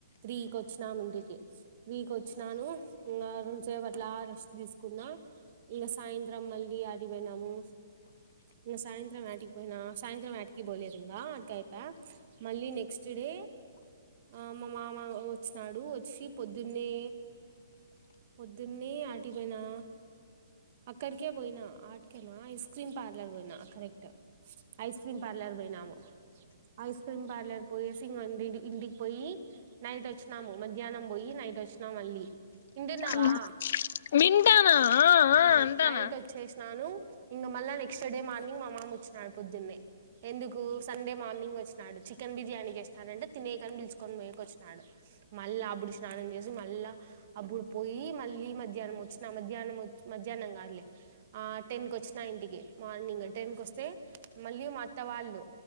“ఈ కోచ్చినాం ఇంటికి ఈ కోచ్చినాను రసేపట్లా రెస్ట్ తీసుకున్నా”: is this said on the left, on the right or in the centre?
Right